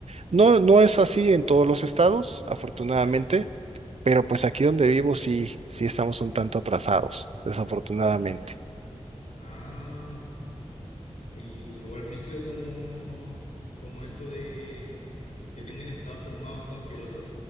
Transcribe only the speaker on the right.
No, no es así en todos los estados, afortunadamente,
pero pues aquí donde vivo sí, sí estamos un tanto atrasados, desafortunadamente.